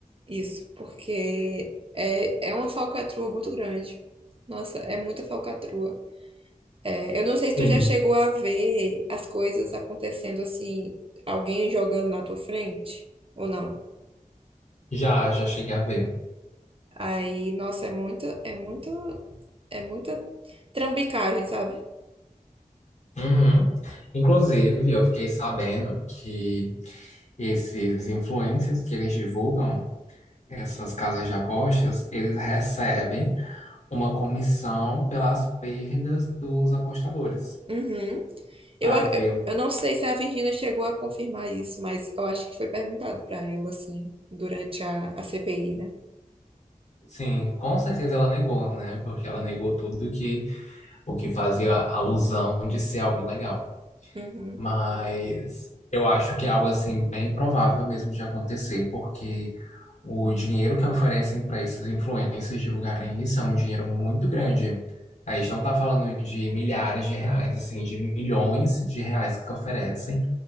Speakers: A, on the right; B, on the left.
A: Isso, porque é, é uma falcatrua muito grande. Nossa, é muita falcatrua. É, eu não sei se tu
B: Sim.
A: já chegou a ver as coisas acontecendo assim, alguém jogando na tua frente ou não.
B: Já, já cheguei a ver.
A: Aí, nossa, é muita, é muita, é muita trambicagem, sabe?
B: Uhum. Inclusive, eu fiquei sabendo que esses influencers que eles divulgam, essas casas de apostas, eles recebem uma comissão pelas perdas dos apostadores.
A: Uhum. Eu,
B: para
A: a-
B: ver. o-
A: eu não sei se a Virgínia chegou a confirmar isso, mas eu acho que foi perguntado para ela, assim, durante a, a CPI, né?
B: Sim, com certeza ela negou, né? Porque ela negou tudo que o que fazia alusão de ser algo ilegal.
A: Uhum.
B: Mas eu acho que é algo assim bem provável mesmo de acontecer, porque o dinheiro que oferecem para esses influencers divulgarem isso é um dinheiro muito grande. A gente não está falando de milhares de reais, assim, de milhões de reais que oferecem.